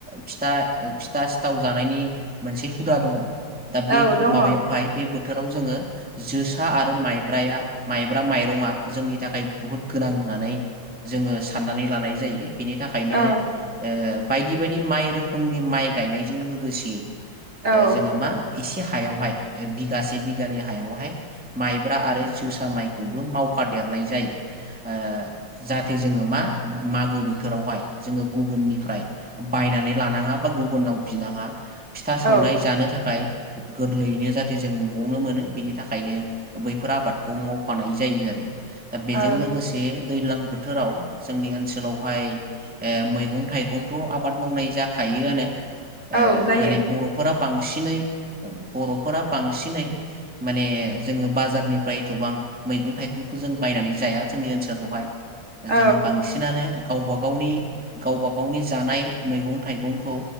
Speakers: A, in the centre; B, on the right (about 40°).
A: फिथा फिथा सिथाव जानायनि मोनसे हुदा दंङ। दा बे
B: औ
A: हु
B: दङ
A: माबायावहाय
B: औ
A: बे बो बोथोराव जोंङो जोसा आरो माइब्राया माइब्रा माइरंआ जोंनि थाखाय बुहुत गोनां होननानै जोंङो साननानै लानाय जायो। बिनि थाखायनो
B: औ
A: ओ बायदि बायदि माइ रोखोमनि माइ गायनायजों लोगोसे
B: औ
A: ओ जोंङो मा इसे हा हायावहाय बिगासे बिगानै हायावहाय माइब्रा आरो जोसा माइ खौबो मावफादेरनाय जायो ओ जाहाथे जोंङो मा मागो बोथोरावहाय जोंङो गुबुननिफ्राय बायनानै लानांङा बा गुबुनाव बिनांङा फिथा
B: औ
A: सौराय जानो थाखाय गोरलैयैनो जाहाथे जों न'आवनो मोनो बिनि थाखायनो बैफोर आबादखौ मावफानाय जायो आरो। दा बेजों
B: औ
A: लोगोसे दैज्लां बोथोराव जोंनि ओनसोलावहाय ओ मैगं थाइगंथ' आबाद मावनाय जाखायोआनो ओ
B: औ जायो
A: माने बर'फोरा बांसिनै औ बर'फोरा बांसिनै माने जोंङो बाजारनिफ्राय एथ'बां मैगं थाइगंखौ जों बायनानै जाया जोंनि ओनसोलावहाय
B: औ
A: जोंङो बांसिनानो गावबा गावनि गावबा गावनि जानाय मैगं थाइगंखौ